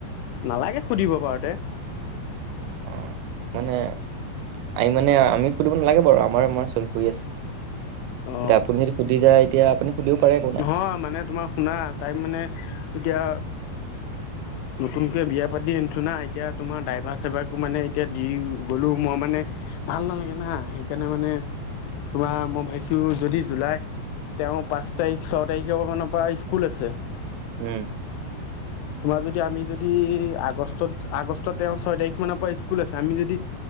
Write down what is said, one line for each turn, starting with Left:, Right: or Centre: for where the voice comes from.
Left: নালাগে সুধিব বাৰু তে।
Right: অ', মানে আমি মানে আমি সুধিব নালাগে বাৰু, আমাৰ-আমাৰ চলি-হৈ আছে।
Left: অ
Right: এতিয়া আপুনি যদি সুধি যায়, তেতিয়া আপুনি সুধিব পাৰে, একো নাই।
Left: নহয়, মানে তোমাৰ শুনা তাই মানে এতিয়া নতুনকে বিয়া পাতি আনিছোঁ না, এতিয়া তোমাৰ ড্ৰাইভাৰ চাইভাৰ মানে এতিয়া দি গ'লেও মই মানে ভাল নালাগে না সেইকাৰণে মানে তোমাৰ মই ভাবি টো যদি জুলাই তেওঁৰ পাঁচ তাৰিখ ছয় তাৰিখৰ মানৰ পৰা স্কুল আছে
Right: উম
Left: <unintelligible> তোমাৰ যদি আমি যদি আগষ্টত আগষ্টত তেওঁ ছয় তাৰিখ মানৰ পৰা স্কুল আছে আমি যদি